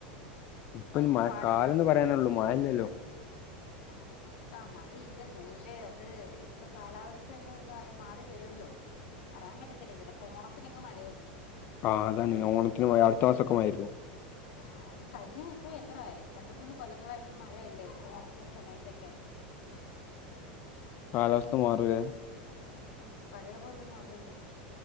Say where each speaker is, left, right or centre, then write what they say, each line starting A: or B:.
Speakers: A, on the left; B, on the left.
A: ഇപ്പൊ
B: ഭയങ്കര
A: ഇനി മഴ
B: പാടല്ലേ
A: കാലന്ന് പറയാനുള്ളൂ
B: തുണിയല
A: മഴല്ലല്ലോ
B: ആ മഴ ആ മഴ ഴയില്ലെന്നെ ഏക്ഷെ അത് ഇപ്പൊ കാലാവസ്ഥ ഒന്ന് തായി മാറി വരുവല്ലോ പറയാൻ പറ്റത്തില്ല ചിലപ്പൊ ഓണത്തിനെക്ക മഴയായിരിക്കും
A: ആ അതാണെ ഓണത്തിനു മഴ അടുത്ത മാസൊക്ക മഴ ആയിരിക്കും
B: ആ ആ ആ ഈ കഴിഞ്ഞ ഇപ്പ എത്ര രണ്ട്, മൂന്ന് കൊല്ലങ്ങളായിട്ട് മഴയല്ലേ ഓണത്തിന് സമയത്തൊക്കെ
A: കാലാവസ്ഥ മാറുവേ
B: ആ പഴയ പോലൊന്നും അല്ലല്ലോ.